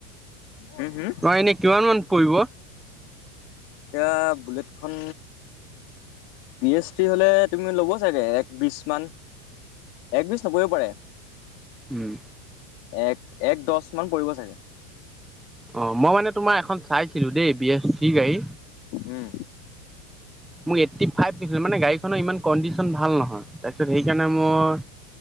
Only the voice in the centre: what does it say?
তই এনে কিমান মান পৰিব
উম
অ মই মানে তোমাৰ এখন চাইছিলো দেই বি এছ চি গাড়ী
মোক এইটটি ফাইভ দিছিলে মানে গাড়ীখনৰ ইমান কণ্ডিশন ভাল নহয় তাৰপি সেইকাৰণে মোৰ